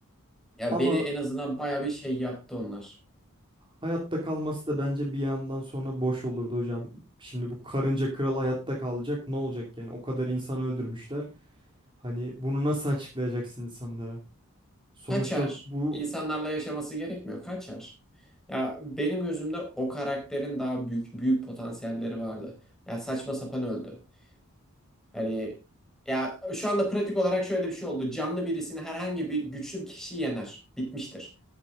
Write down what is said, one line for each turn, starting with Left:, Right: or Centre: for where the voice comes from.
Centre: Ya
Right: Ama
Centre: beni en azından baya bir şey yaptı onlar.
Right: Hayatta kalması da bence bir yandan sonra boş olurdu hocam. Şimdi bu karınca kral hayatta kalacak ne olacak yani? O kadar insan öldürmüşler. Hani bunu nasıl açıklayacaksın insanlara? Sonuçta
Centre: Kaçar.
Right: bu
Centre: İnsanlarla yaşaması gerekmiyor. Kaçar. Ya benim gözümde o karakterin daha büyük büyük potansiyelleri vardı. Ya saçma sapan öldü. Hani ya şu anda pratik olarak şöyle bir şey oldu. Canlı birisini herhangi bir güçlü bir kişi yener. Bitmiştir.